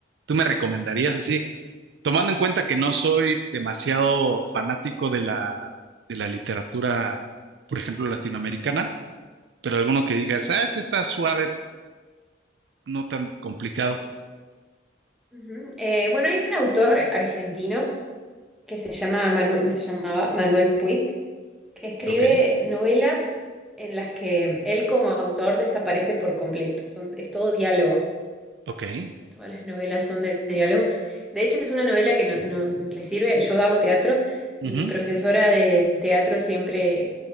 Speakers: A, on the right (about 75°); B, in the centre.
A: tú me recomendarías así? Tomando en cuenta que no soy demasiado fanático de la, de la literatura, por ejemplo, latinoamericana, pero alguno que digas,
B: ujú,
A: ah, este está suave, no tan complicado.
B: ujú. Eh, bueno, hay un autor argentino que se llama Manu- se llamaba Manuel Puig, que escribe
A: Ok,
B: novelas en las que él como autor desaparece por completo. Son, es todo diálogo.
A: ok,
B: Todas las novelas son de, de diálogo. De hecho, es una novela que no, no le sirve. Yo hago teatro
A: ujú,
B: y mi profesora de teatro siempre